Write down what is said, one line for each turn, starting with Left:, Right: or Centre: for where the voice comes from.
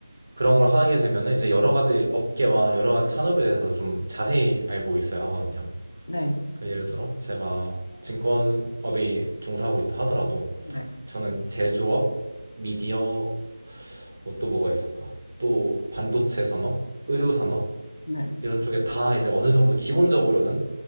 Right: 그런 걸 하게 되면은 이제 여러 가지 업계와 여러 가지 산업에 대해서 좀 자세히 알고 있어야 하거든요.
Left: 네,
Right: 그 예를 들어 제가 증권업에 종사하고 있다 하더라도
Left: 네,
Right: 저는 제조업, 미디어, 뭐 또 뭐가 있을까? 또 반도체 산업, 의료 산업
Left: 네,
Right: 이런 쪽에 다 이제 어느 정도 기본적으로는